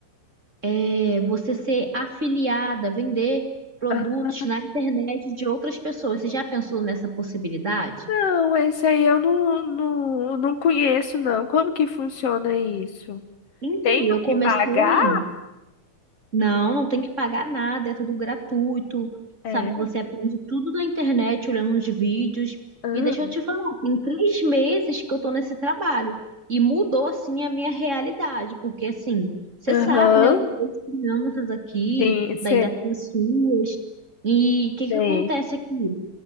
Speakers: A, on the right; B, on the left.
A: É, você ser afiliada, vender produtos
B: Ah,
A: na internet de outras pessoas. Você já pensou nessa possibilidade?
B: não, esse aí eu não, não, não conheço, não. Como que funciona isso?
A: Então,
B: Tenho
A: eu comecei.
B: que pagar?
A: Não, não tem que pagar nada, é tudo gratuito,
B: É.
A: sabe? Você aprende tudo na internet, olhando uns vídeos.
B: Ah,
A: E deixa eu te falar, tem três meses que eu tô nesse trabalho e mudou, assim, a minha realidade, porque, assim, você
B: Aham.
A: sabe, né? Eu tenho duas crianças aqui,
B: Sim, sei,
A: da idade das suas, e o que
B: sei.
A: que acontece aqui?